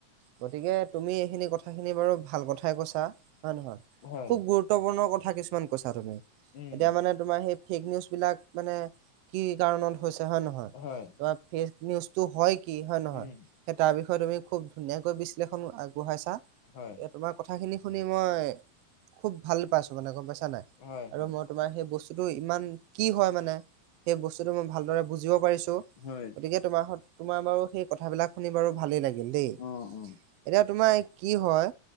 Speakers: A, on the right (about 75°); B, on the left (about 60°).
A: গতিকে তুমি এইখিনি কথাখিনি বাৰু ভাল কথাই কৈছা হয় নহয়।
B: হয়
A: খুব গুৰুত্বপূৰ্ণ কথা কিছুমান কৈছা তুমি,
B: উম
A: এতিয়া মানে তোমাৰ সেই ফেক নিউজ বিলাক মানে কি কাৰণত হৈছে হয় নহয়,
B: হয়
A: ত ফেক নিউজটো হয় কি হয় নহয়।
B: উম
A: সেই তাৰ বিষয়ে তুমি খুব ধুনীয়াকৈ বিশ্লেষণ আগবঢ়াইছা। গতিকে
B: হয়
A: তোমাক কথাখিনি শুনি মই খুব ভাল পাইছো মানে গম পাইছা নাই,
B: হয়
A: আৰু
B: হয়।
A: মই তোমাৰ সেই বস্তুটো ইমান কি হয় মানে সেই বস্তুটো মই ভালদৰে বুজিব পাৰিছো,
B: হয়।
A: গতিকে তোমাৰ তোমাৰ বাৰু সেই কথাবিলাক শুনি বাৰু ভালেই লাগিল দেই।
B: অ অ
A: এতিয়া তোমাৰ কি হয়